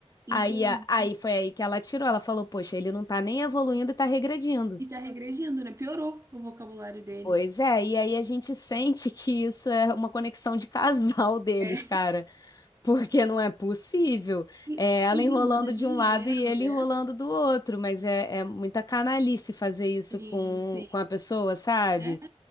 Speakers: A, on the right; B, on the left.
A: entendi.
B: Aí, a- aí foi aí que ela tirou, ela falou, poxa, ele não tá nem evoluindo e tá regredindo.
A: E tá regredindo, né? Piorou o vocabulário dele.
B: Pois é, e aí a gente sente que isso é uma conexão de casal deles,
A: É.
B: cara, porque não é possível.
A: E,
B: É ela
A: e
B: enrolando
A: demanda dinheiro,
B: de um lado e ele
A: né?
B: enrolando do outro, mas é, é muita canalice fazer isso
A: Sim,
B: com,
A: sim.
B: com a pessoa, sabe?
A: É,